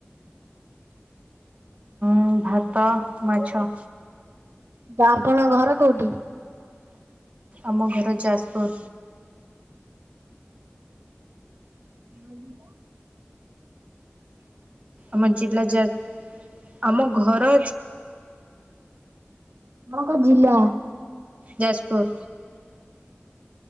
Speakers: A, on the right; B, on the right.
A: ହୁଁ ଭାତ ମାଛ।
B: ତା ଆପଣଙ୍କ ଘର କୋଉଠି।
A: ଆମ ଘର ଯାଜପୁର।
B: ଭଜି ନା <unintelligible>
A: ଆମ ଜିଲ୍ଲା ଯାଜପୁର ଆମ ଘର
B: ଆପଣଙ୍କ ଜିଲ୍ଲା।
A: ଯାଜପୁର।